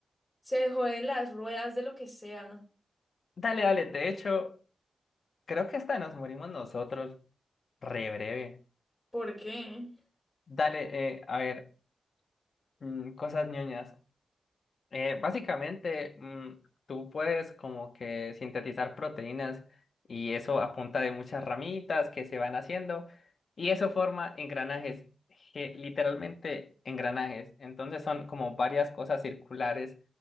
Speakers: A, on the left; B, on the left.
A: Se joden las ruedas de lo que sea.
B: Dale, dale, de hecho, creo que hasta nos morimos nosotros. Re breve.
A: ¿Por qué?
B: Dale, eh, a ver, mm, cosas ñoñas. Eh, básicamente, mm, tú puedes como que sintetizar proteínas y eso a punta de muchas ramitas que se van haciendo y eso forma engranajes, que literalmente engranajes. Entonces son como varias cosas circulares